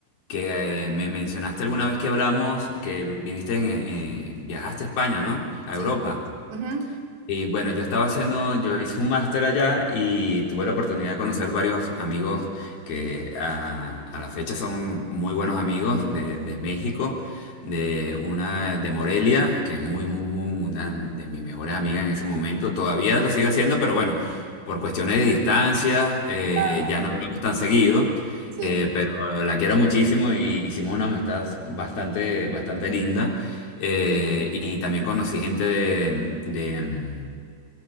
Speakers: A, on the left; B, on the right.
A: que, eh, me mencionaste alguna vez que hablamos que viviste en, eh, viajaste a España, ¿no? A
B: sí.
A: Europa.
B: Ujú,
A: Y bueno, yo estaba haciendo, yo hice un máster allá y tuve la oportunidad de conocer varios amigos que a, a la fecha son muy buenos amigos de, de México, de una de Morelia, que es muy, muy, muy- una de mis mejores amigas en ese momento. Todavía lo sigue haciendo, pero bueno, por cuestiones de distancias, eh,
B: claro,
A: ya no hablamos tan seguido,
B: sí.
A: eh, pero la quiero muchísimo y hicimos una amistad bastante, bastante linda. Eh, y también conocí gente de, de, mm,